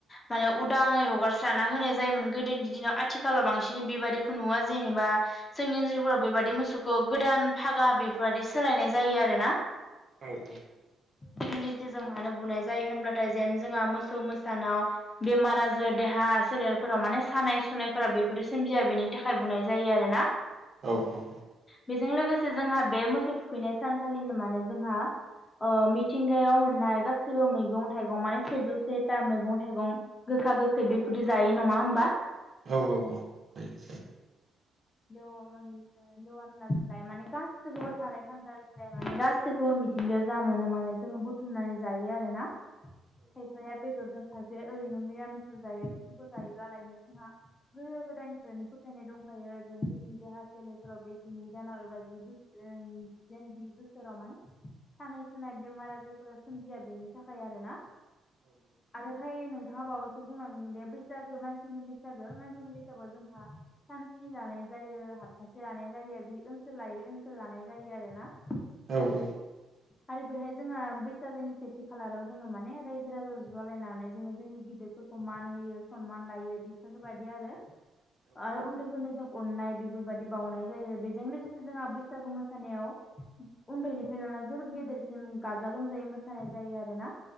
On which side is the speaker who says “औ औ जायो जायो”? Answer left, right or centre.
Right